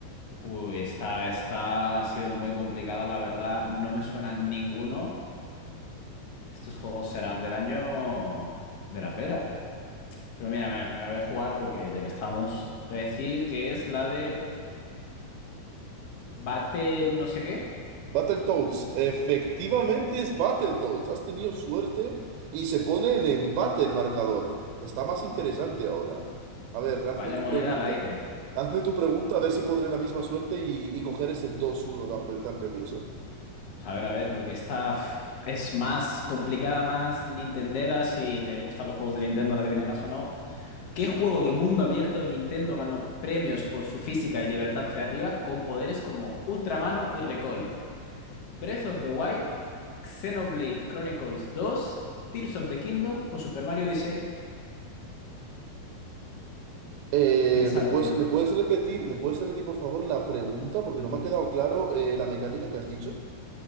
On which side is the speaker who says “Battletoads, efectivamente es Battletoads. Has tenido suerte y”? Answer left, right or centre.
Right